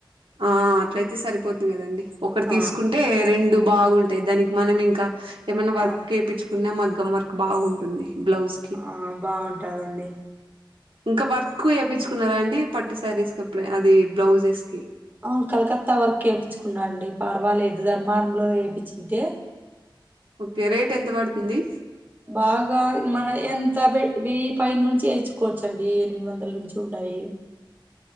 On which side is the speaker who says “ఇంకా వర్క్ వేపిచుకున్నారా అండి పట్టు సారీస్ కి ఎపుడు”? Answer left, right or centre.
Right